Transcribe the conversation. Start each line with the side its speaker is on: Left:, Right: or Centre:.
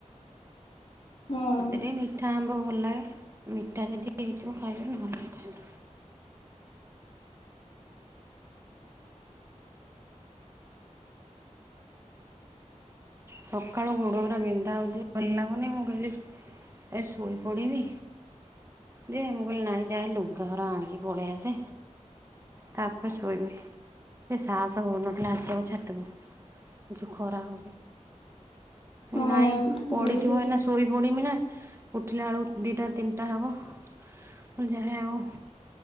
Left: ହଁ।
Right: ମୋତେ ଟିକେ ମିଠା ଆମ୍ବ ଭଲ ଲାଗେ ମିଠା ଯଦି ହେଇଥିବ ଖାଇବି ନହେ ଲ ସକାଳୁ ଗୋଡ ହରା ବିନ୍ଧା ହଉଛି ଭଲ ଲାଗୁନି ମୁଁ କହିଲି ଏ ସୋଇ ପଡିବି ଯେ ମୁ କହିଲି ନାଇ ଯାଏଁ ଲୁଗାରା ଆଣିକି ପଳେଇ ଆସେ ତାପରେ ଶୋଇବି ସେ ସାହସ ହଉନଥିଲା ଆସିବାକୁ ଛାତକୁ ଜ ଖରା ହଉଛି।
Left: ହଁ
Right: ନାଇଁ ପଢିଥିବ
Left: ବହୁତ
Right: ଏନା
Left: ତ
Right: ଶୋଇ ପଡମି ନା- ଉଠିଲା ଆଳୁ ଦିଟା ତିନିଟା ହେବ। ମୁ କହିଲି ଜା ଆଗ